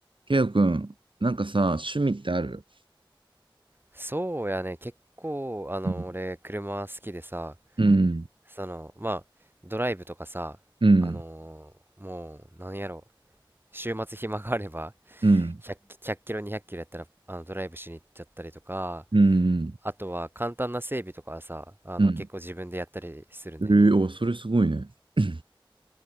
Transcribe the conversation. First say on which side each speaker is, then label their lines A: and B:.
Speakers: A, on the right; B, on the right.
A: ケイオくん、なんかさ、趣味ってある
B: そうやね、結構、あの、
A: うん、
B: 俺、車好きでさ、
A: うん、
B: その、まあ、ドライブとかさ、
A: うん、
B: あのーもう、何やろ、週末暇があれば、
A: うん、
B: 100、ひゃっキロ、200キロやったら、あの、ドライブしに行っちゃったりとか、
A: う
B: あとは、簡単な整備とかはさ、あの、
A: ん。
B: 結構自分でやったりするね。
A: ええーお、それすごいね。<clears throat>